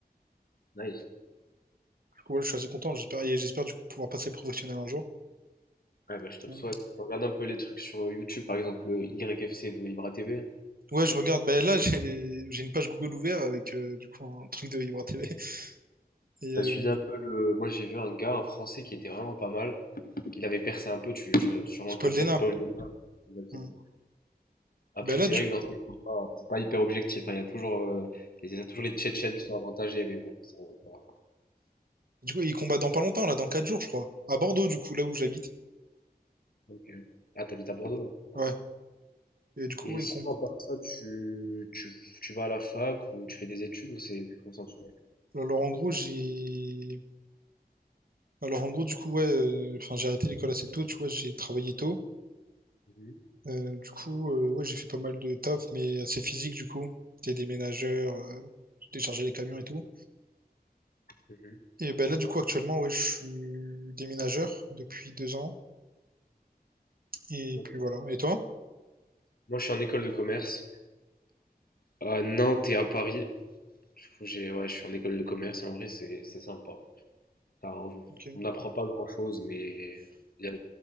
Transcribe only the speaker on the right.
Du coup, ouais, je suis assez content. J'espère, et j'espère du coup pouvoir passer professionnel un jour.
Euh,
Ouais, je regarde. Bah, là, j'ai j'ai une page Google ouverte avec euh, du coup un truc de Vibra TV. <laughs> Et euh,
c'est
Paul Dena.
Mhm.
Bah, là,
du
coup,
du coup, il combat dans pas longtemps, là, dans 4 jours, je crois. À Bordeaux, du coup, là où j'habite.
Ouais.
Et du coup,
ouais,
il combat.
Alors, en gros, j'ai. Alors en gros du coup ouais, euh, enfin j'ai arrêté l'école assez tôt, tu vois, j'ai travaillé tôt.
Euh, du coup euh, ouais j'ai fait pas mal de taf mais assez physique du coup. J'étais déménageur, euh, j'ai déchargé les camions et tout.
Et ben là du coup actuellement ouais je suis déménageur depuis deux ans et
puis voilà. Et toi?
Ok.